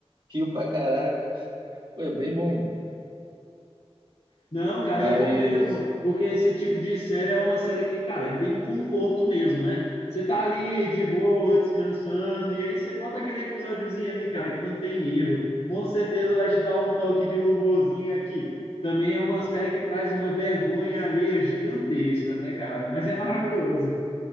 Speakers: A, on the right; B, on the left.
A: Rio pra caraca. Pô, é bem bom.
B: Não, cara,
A: Mas,
B: é bom mesmo, porque esse tipo de série é uma série que, cara, é bem conforto mesmo, né? Você tá ali de boa, descansando, e aí você bota aquele episódiozinho ali, cara, que não tem erro. Com certeza vai te dar um toque de humorzinho aqui. Também é uma série que traz uma vergonha alheia gigantesca, né, cara? Mas é maravilhoso.